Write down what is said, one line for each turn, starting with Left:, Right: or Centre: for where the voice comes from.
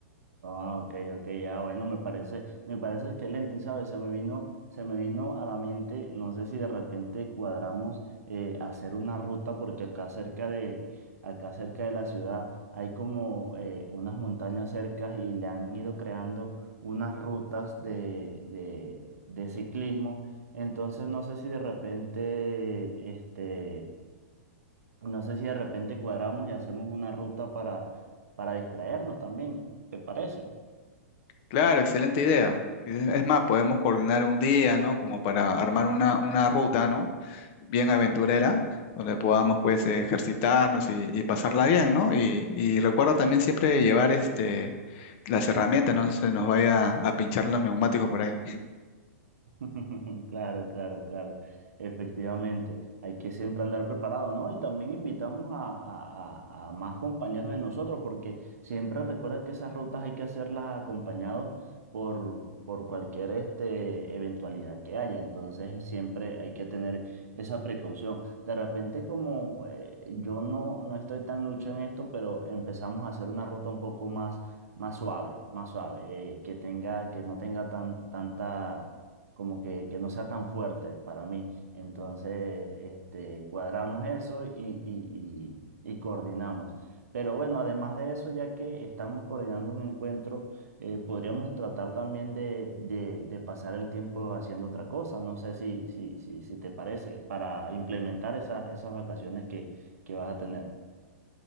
Right: Ah, ok, ok, ya, bueno, me parece, me parece excelente, y sabes, se me vino, se me vino a la mente, no sé si de repente cuadramos eh, hacer una ruta, porque acá cerca de, acá cerca de la ciudad hay como eh, unas montañas cercas y le han ido creando unas rutas de, de, de ciclismo. Entonces no sé si de repente, este, no sé si de repente cuadramos y hacemos una ruta para, para distraernos también, ¿te parece?
Left: Claro, excelente idea. Es es más, podemos coordinar un día, ¿no? Como para armar una, una ruta, ¿no? Bien aventurera, donde podamos, pues, ejercitarnos y, y pasarla bien, ¿no? Y, y recuerda también siempre llevar, este, las herramientas, no se nos vaya a pinchar los neumáticos por ahí.
Right: <laughs> Claro, claro, claro. Efectivamente, hay que siempre andar preparado, ¿no? Y también invitamos a, a- a- a más compañeros de nosotros, porque siempre recuerda que esas rutas hay que hacerlas acompañados por, por cualquier este, eventualidad que haya. Entonces, siempre hay que tener esa precaución. De repente, como eh, yo no, no estoy tan lucho en esto, pero empezamos a hacer una ruta un poco más, más suave, más suave, eh, que tenga, que no tenga tan, tanta como que, que no sea tan fuerte para mí. Entonces, este, cuadramos eso y, y, y- y coordinamos. Pero bueno, además de eso, ya que estamos coordinando un encuentro, eh, podríamos tratar también de, de- de pasar el tiempo haciendo otra cosa. No sé si, si, si, si te parece, para implementar esas, esas vacaciones que, que vas a tener.